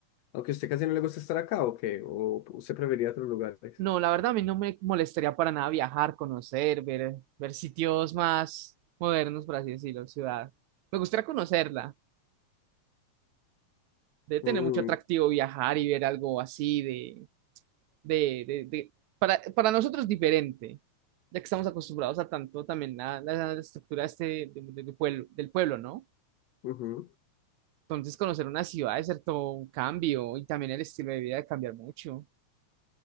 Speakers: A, on the left; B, on the right.
A: Aunque a usted casi no le gusta estar acá, ¿o qué? ¿O usted preferiría otros lugares?
B: No, la verdad a mí no me molestaría para nada viajar, conocer, ver, ver sitios más modernos, por así decirlo, ciudad. Me gustaría conocerla. Debe tener
A: Mm,
B: mucho atractivo viajar y ver algo así de, de, de, de- para, para nosotros diferente, ya que estamos acostumbrados a tanto también a, la la estructura este de- de- de pueblo, del pueblo, ¿no?
A: ujú.
B: Entonces conocer una ciudad es cierto un cambio y también el estilo de vida de cambiar mucho.